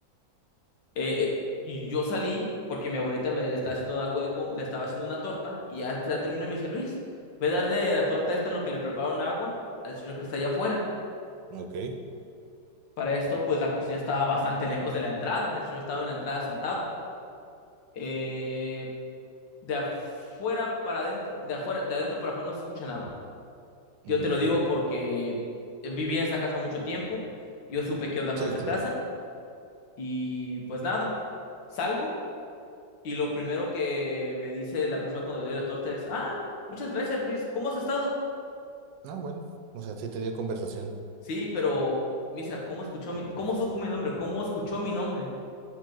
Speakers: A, on the left (about 85°); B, on the right (about 85°).
A: Eh, eh, y yo salí porque mi abuelita me estaba haciendo algo de com- le estaba haciendo una torta y ya se terminó y me dice, Luis, ve a darle la torta esta en lo que le prepararon agua al señor que está allá afuera.
B: Ok.
A: Para esto, pues la cocina estaba bastante lejos de la entrada. El señor estaba en la entrada sentado. Eh, de afuera para adentro, de afuera, de adentro para afuera no se escucha nada.
B: Mm,
A: Yo te lo
B: ok,
A: digo porque eh, viví en esa casa mucho tiempo. Yo supe qué onda
B: sí,
A: con esa
B: claro.
A: casa. Y pues nada, salgo y lo primero que me dice la persona cuando le doy la torta es, ah, muchas gracias Luis, ¿cómo has estado?
B: No, bueno, o sea, sí te dio conversación.
A: Sí, pero Misa, ¿cómo escuchó mi, cómo supo mi nombre? ¿Cómo escuchó mi nombre?